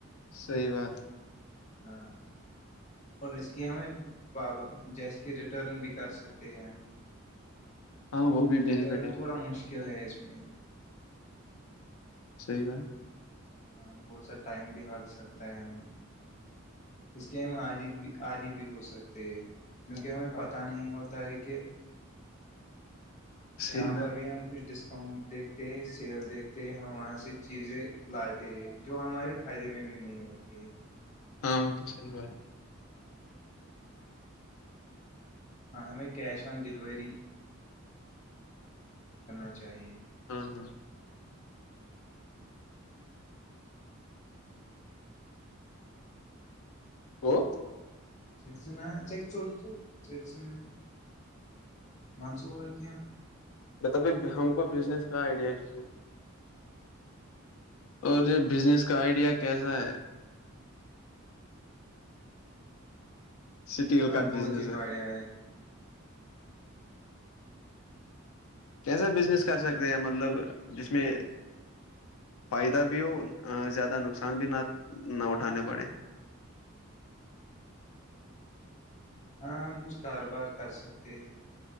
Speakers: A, on the left; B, on the left.
A: صحی بات
B: ہاں اور اس
A: ہے،
B: کی ہمیںاب جیسے کہ ریٹرن بھی کر سکتے ہیں ہم
A: ہاں وہ بھی بینیفٹ
B: ریٹرن
A: ہے
B: تھوڑا مشکل ہے اس میں
A: صحیح بات
B: ہاں بہت سا ٹائم بھی لگ سکتا ہے ہمیں اس کے ہم آدی بھی آدی بھی ہو سکتے ہیں کیونکہ
A: بات
B: ہمیں پتہ نہیں ہوتا ہے کہ
A: صحیح
B: جہاں پر بھی ہم کچھ ڈسکاؤنٹ دیکھ کہ سیل دیک ت ہم وہاں سے چیزیں لاتے ہیں
A: بات
B: جو ہمارے فائدے میں بھی نہیں ہوتی کہ
A: ہاں وہ تو سر باار
B: ہاں آیں ہم کیش آن ڈلوری کرنا چاہیے
A: ہاں ہاں وہ
B: چھر سےنا چیک چوٹ تو چر سےنا وان سا اور کیا
A: بتابے ہم کو بزنس کا آئیڈیا چاہیے اور یہ بزنس کا آئیڈیا کیسا ہے سٹیل
B: ہاں
A: کا
B: بہت
A: بزنس
B: ہی بڑیا ہے
A: کیسا بزنس کر سکتے ہیں مطلب جس میں فائدہ بھی ہو زیادہ نقصان بھی نہ نہ اٹھانے پڑے
B: ہاں ہم کچھ کاروبار کر سکتے ہیں